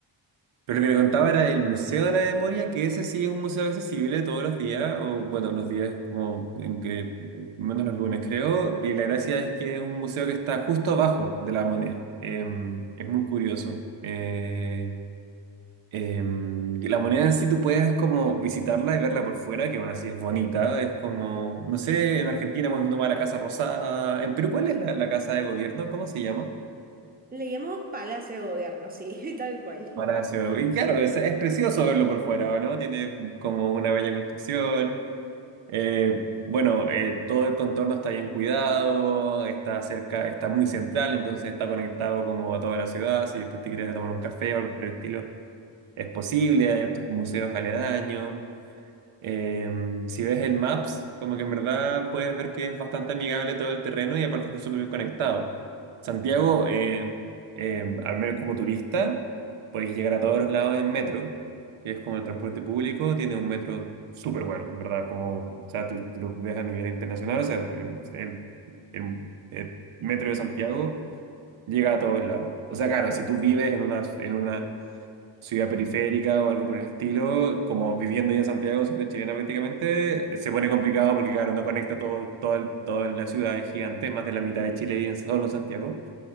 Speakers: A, on the right; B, on the right.
A: Pero lo que le contaba era el Museo de la Memoria, que ese sí es un museo accesible todos los días, o bueno, los días como en que, menos los lunes creo, y la gracia es que es un museo que está justo abajo de la moneda. Eh, es muy curioso. Eh, eh, y la moneda en sí tú puedes como visitarla y verla por fuera, que aún así es bonita, es como, no sé, en Argentina cuando uno va a la Casa Rosada, en Perú, ¿cuál es la, la casa de gobierno? ¿Cómo se llama?
B: Le llamamos Palacio de Gobierno, sí, <laughs> tal cual.
A: Palacio. Y claro, es, es precioso verlo por fuera, ¿no? Tiene como una bella construcción. Eh, bueno, eh, todo el contorno está bien cuidado, está cerca, está muy central, entonces está conectado como a toda la ciudad. Si después te quieres tomar un café o algo por el estilo, es posible. Hay otros museos aledaños. Em, si ves el Maps, como que en verdad puedes ver que es bastante amigable todo el terreno y aparte está súper bien conectado. Santiago, eh, em, al menos como turista, puedes llegar a todos los lados en metro, que es como el transporte público, tiene un metro súper bueno, en verdad, como, o sea, tú, tú lo ves a nivel internacional, o sea, el, el- el- el metro de Santiago llega a todos lados. O sea, claro, si tú vives en una, en una ciudad periférica o algo por el estilo, como viviendo ya en Santiago, siendo chilena prácticamente, se pone complicado porque, claro, no conecta todo, todo el- toda la ciudad, es gigante, más de la mitad de Chile y en solo Santiago.